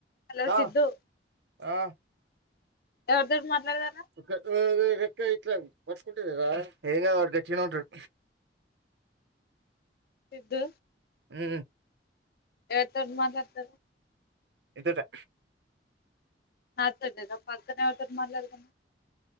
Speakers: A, on the left; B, on the right.
A: హలో
B: దా
A: సిద్ధు
B: ఆ
A: ఎవరితోటి మాట్లాడతన్నావ్
B: ఎత్తుకో ఓయ్ ఇట్లా పట్టుకుంటే కాదా ఏం వాడు గట్టిగానే ఉంటడు
A: సిద్ధు
B: ఊ
A: ఎవరితోటి మాట్లాడుతున్నావ్
B: నితోటే
A: నాతోటీ నా పద్ధానా ఎవరితో మాట్లాడుతున్నావ్